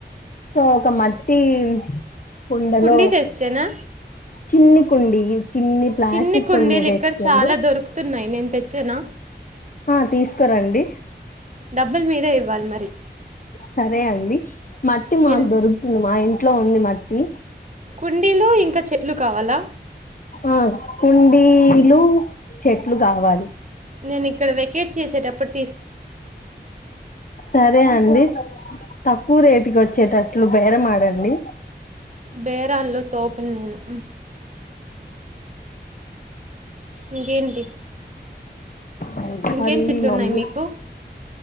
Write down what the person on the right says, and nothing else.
కుండీ తెచ్చానా
చిన్ని కుండీలు
ఇక్కడ చాలా దొరుకుతున్నాయి నేను తెచ్చేనా
డబ్బుల్ మీరే ఇవ్వాలి మరి
ఎన్-
కుండీలు ఇంకా చెట్లు కావాలా
నేను ఇక్కడ వెకేట్ చేసేటప్పుడ్
బేరాళ్ళో తోప్ని నేను. ఇంకేంటి
ఇంకేం
చెట్లు
ఉన్నాయి మీకు